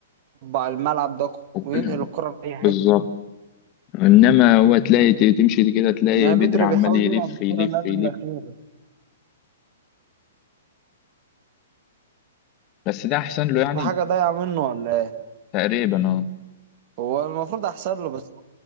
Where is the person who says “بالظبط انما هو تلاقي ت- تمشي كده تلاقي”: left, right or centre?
Left